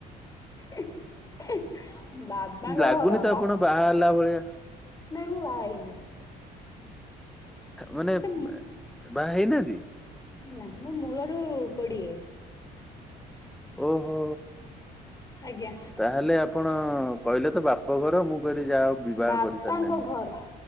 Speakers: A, on the left; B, in the centre.
A: ହେଁ ହେଁ ବାପାଙ୍କ
B: ଲାଗୁନି
A: ଘର
B: ତ
A: ବାପ
B: ଆପଣ ବାହା ହେଲା ଭଳିଆ
A: ନାଇଁ ମୁଁ ବାହା ହେଇନି।
B: ମାନେ
A: ମତେ
B: ବାହା ହେଇନାହାନ୍ତି।
A: ନାଇ ମୁଁ ମୂଳରୁ କୋଡିଏ।
B: ଓହୋ
A: ଆଜ୍ଞା।
B: ତାହେଲେ ଆପଣ କହିଲେ ତ ବାପ ଘର ମୁଁ କହିଲି ଯାହା ହଉ ବିବାହ
A: ବାପାଙ୍କ
B: କରିସାରିଲେ ନାହି
A: ଘର